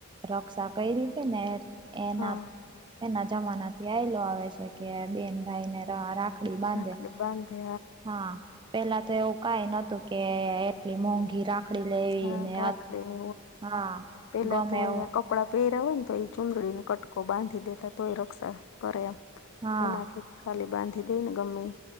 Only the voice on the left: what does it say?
હા
રાખડી બાંધે
હા
રાખડીને
પેલા
તો અહિયાં
કપ કપડાં પહેર્યા હોય ને તો એ ચુંદડીને કટકો બાંધી દેતા તો એ રક્ષા કરેમ
એનાથી ખાલી બાંધી દઈ ને ગમેી